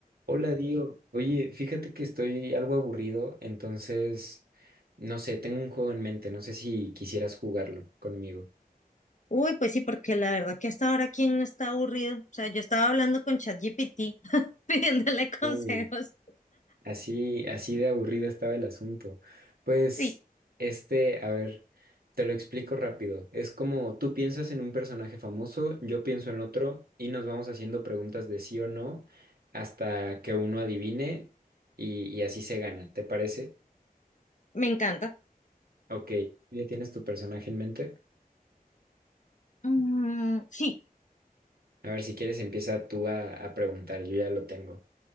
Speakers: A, on the right; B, on the left.
A: Hola, Dio. Oye, fíjate que estoy algo aburrido, entonces, no sé, tengo un juego en mente, no sé si quisieras jugarlo conmigo.
B: Uy, pues sí, porque la verdad que hasta ahora quién no está aburrido. O sea, yo estaba hablando con ChatGPT, <laughs> pidiéndole consejos.
A: Uy, así, así de aburrido estaba el asunto. Pues,
B: Sí,
A: este, a ver, te lo explico rápido. Es como tú piensas en un personaje famoso, yo pienso en otro y nos vamos haciendo preguntas de sí o no hasta que uno adivine y, y así se gana, ¿te parece?
B: me encanta.
A: Ok, ¿ya tienes tu personaje en mente?
B: Mm, sí,
A: A ver, si quieres empieza tú a, a preguntar, yo ya lo tengo.